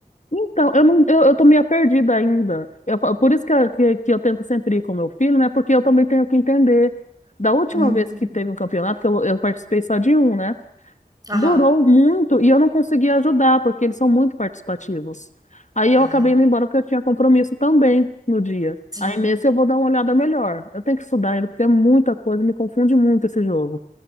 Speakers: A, on the left (about 50°); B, on the right (about 25°).
A: Então, eu não, eu, eu tô meio perdida ainda. Eu fa- por isso que, eu- que, que eu tento sempre ir com meu filho, né? Porque eu também tenho que entender. Da última
B: Hum,
A: vez que teve um campeonato, que eu, eu participei só de um, né?
B: aham.
A: Durou muito e eu não conseguia ajudar, porque eles são muito participativos. Aí eu
B: Ah,
A: acabei indo embora porque eu tinha compromisso também no dia.
B: sim.
A: Aí nesse eu vou dar uma olhada melhor. Eu tenho que estudar ainda, porque é muita coisa, me confunde muito esse jogo.